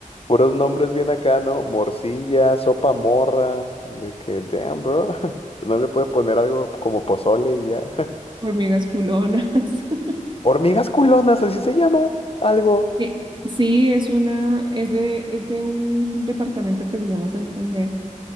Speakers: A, on the left; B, on the right.
A: Puros nombres bien acá, ¿no? Morcilla, sopa morra, de que, damn, bro. <laughs> No le puede poner algo como pozole y ya. <laughs>
B: Hormigas culonas. <laughs>
A: Hormigas culonas, así se llama, algo.
B: Sí, sí, es una, es de, es de un departamento que se llama Santander